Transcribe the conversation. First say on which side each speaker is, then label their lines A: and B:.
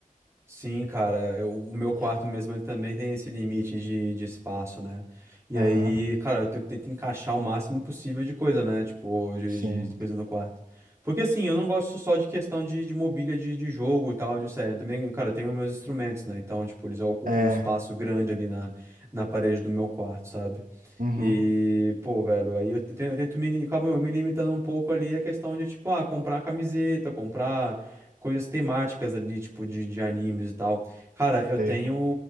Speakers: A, on the right; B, on the right.
A: Sim, cara, eu- o meu quarto
B: Yeah.
A: mesmo ele também tem esse limite de, de espaço, né? E
B: Aham,
A: aí, cara, eu te- tento encaixar o máximo possível de coisa, né? Tipo, de,
B: sim.
A: de- de coisa no quarto. Porque assim, eu não gosto só de questão de, de mobília de, de jogo e tal, de série. Eu Também, cara, eu tenho meus instrumentos, né? Então, tipo, eles ocupam
B: É,
A: um espaço grande ali na, na parede do meu quarto, sabe?
B: uhum,
A: E, pô, velho, aí eu tento, eu tento me, acabo me limitando um pouco ali a questão de, tipo, ah, comprar camiseta, comprar coisas temáticas ali, tipo, de, de animes e tal. Cara, eu
B: sei.
A: tenho